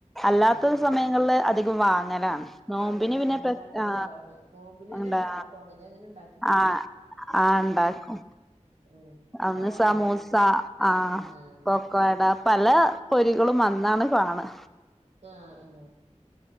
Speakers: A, in the centre; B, on the right.
A: അല്ലാത്ത
B: ആഹ്
A: സമയങ്ങളിൽ അധികം വാങ്ങല് ലാണ്
B: വാങ്ങലാണ്
A: നോമ്പിന് പിന്നെ
B: ഉണ്ടാക്കല്
A: പ്രത്യേ ആ
B: കുറവാണ് നോമ്പില് തന്നെ
A: എന്താ
B: ഉണ്ടാക്കും അങ്ങനെ അങ്ങനെ ഉണ്ടാക്കി പോവും
A: ആ ആ ഇണ്ടാക്കും.
B: ഉം
A: അന്ന്
B: സവാള
A: സമോസ
B: ബജ്ജി
A: ആ
B: ആഹ്
A: പൊക്കോട പല പൊരികളും അന്നാണ് കാണാ
B: ആ ആ.